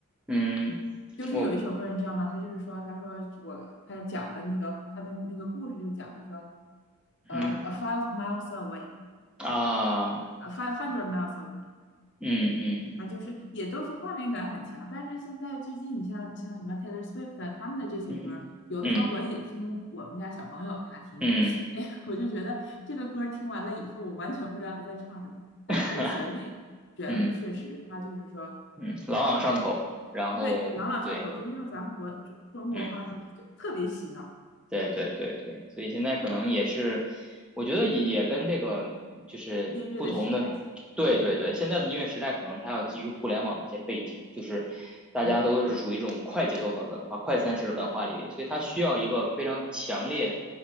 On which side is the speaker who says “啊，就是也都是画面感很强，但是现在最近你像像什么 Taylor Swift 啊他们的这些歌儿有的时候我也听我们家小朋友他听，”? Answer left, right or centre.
Left